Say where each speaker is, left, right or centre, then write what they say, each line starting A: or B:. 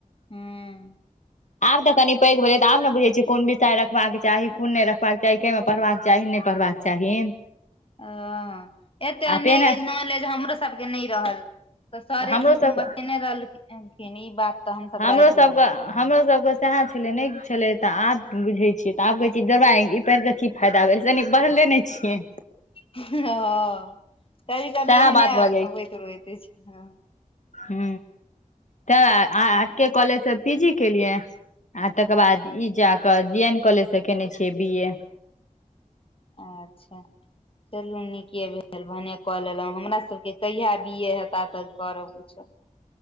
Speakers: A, on the left (about 40°); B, on the left (about 60°).
A: हूँ
B: आब तऽ कनि पैघ भेलै तऽ आब ने बुझै छिय कोन विषय रखबाक चाही कोन नय रखबाक चाही कमे पढ़बाक चाही नय पढ़बाक चाही चाही
A: ओ एतेक नय
B: पहिने
A: गेल नॉलेज हमरो सबके नय रहल तऽ सरे
B: हमरो
A: जीज
B: सब
A: बेने रहलखखिन ई बात तऽ हमसब
B: हमरो
A: राखि
B: सबके
A: लेलहुँ
B: हमरो सबके सएह छले नय छले तऽ आब बुझे छियै तऽ आब कहे छ जोड़बा पर के फायदा भेल तन बढ़ले नय छियै
A: हँ कभी कभी
B: सएह
A: एहने
B: बात भऽ
A: होइत रहइत ह
B: ह तऽ के कॉलेज से पी जी केेलिये आ तकर बाद ई जाकऽ जी एन कॉलेज से केने छ बी ए
A: अच्छा चलू नीके भेल भने कऽ लेलहु हमरा सबके कहिया बी ए हेता तऽ करब किछो